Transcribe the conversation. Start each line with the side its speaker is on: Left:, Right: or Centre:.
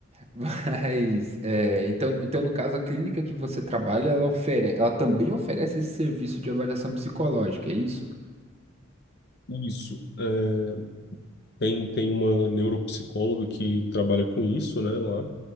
Right: Mas, é, então, então, no caso, a clínica que você trabalha, ela ofere- ela também oferece esse serviço de avaliação psicológica, é isso?
Left: Isso. É, tem, tem uma neuropsicóloga que trabalha com isso, né, lá,